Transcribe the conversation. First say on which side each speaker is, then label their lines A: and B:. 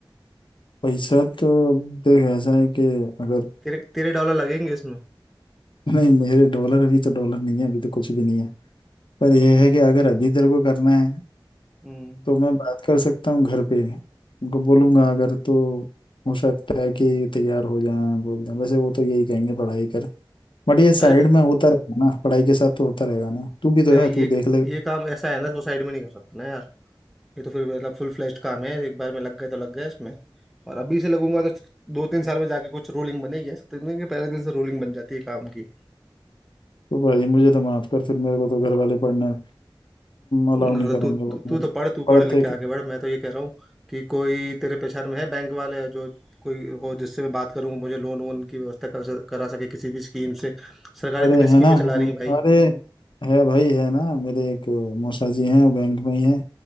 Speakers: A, on the left; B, in the centre.
A: पैसा तो देख ऐसा है कि अगर
B: तेरे तेरे डॉलर लगेंगे इसमें
A: <laughs> नहीं मेरे डॉलर अभी तो डॉलर नहीं है अभी तो कुछ भी नहीं है पर यह है कि अगर अभी तेरे को करना है
B: हम्म
A: तो मैं बात कर सकता हूँ घर पे उनको बोलूंगा अगर तो हो सकता है कि तैयार हो जाए बोल दें वैसे वो तो यही कहेंगे पढ़ाई कर बट ये साइड
B: अरे तो
A: में होता रहेगा ना पढ़ाई के साथ तो होता रहेगा ना तू भी तो
B: भाई
A: है तू
B: ये
A: देख लेगा
B: ये काम ऐसा है ना इसको साइड में नहीं कर सकते ना यार ये तो फिर मतलब फुल फ्लेश्ड काम है एक बार में लग गए तो लग गए इसमें और अभी से लगूंगा तो दो तीन साल में जाके कुछ रूलिंग बनेगी ऐसा तो नहीं कि पहले दिन से रूलिंग बन जाती है काम की
A: तो भाई मुझे तो माफ कर फिर मेरे को तो घर वाले पढ़ने अलाउ
B: ना
A: नहीं करेंगे
B: तो तू
A: वो
B: तू
A: तो
B: तू तो पढ़ तू पढ़
A: पढ़ते
B: लिख के आगे बढ़ मैं तो ये कह रहा हूँ कि कोई तेरे पहचान में है बैंक वाले जो कोई हो जिससे मैं बात करूँ मुझे लोन वोन की व्यवस्था कर स- करा सके किसी भी स्कीम से सरकार
A: अरे
B: इतनी स्कीमें
A: है ना
B: चला
A: है,
B: रही है भाई
A: अरे है भाई है ना मेरे एक मौसा जी हैं वो बैंक में ही हैं